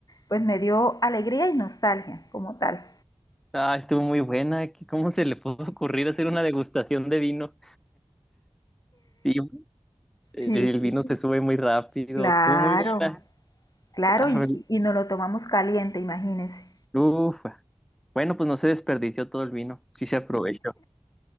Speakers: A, on the left; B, in the centre.
A: pues me dio alegría y nostalgia como tal.
B: Ah, estuvo muy buena. ¿Qué- ¿Cómo se le pudo <laughs> ocurrir hacer una degustación de vino? Sí, el
A: Sí, sí,
B: vino
A: sí.
B: se sube muy rápido.
A: claro,
B: Estuvo muy buena.
A: claro,
B: Ah,
A: y, y nos lo tomamos caliente, imagínense.
B: uf. Bueno, pues no se desperdició todo el vino, sí se aprovechó.